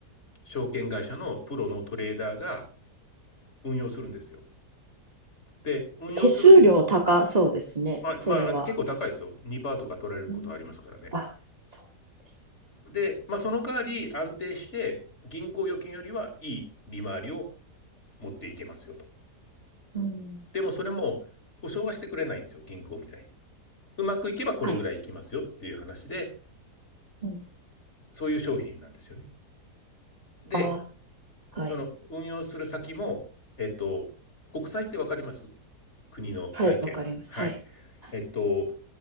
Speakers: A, on the left; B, on the right.
A: 証券会社のプロのトレーダーが運用するんですよ。で、運用する、
B: 手数料高そうですね。
A: まあ、
B: それは。
A: まあ、結構高いですよ。2%とか取られることはありますからね。
B: うん。あ、そうです。
A: で、まあ、その代わり安定して、銀行預金よりはいい利回りを持っていけますよと。
B: うん。
A: でもそれも保証はしてくれないんですよ、銀行みたいに。うまくいけばこれぐらいいきますよっていう話で、
B: はい。うん。
A: そういう商品なんですよね。で、
B: あ、はい。
A: その運用する先も、えっと、国債ってわかります国の債券。
B: はい。わかります。
A: はい。
B: はい。はい
A: えっと、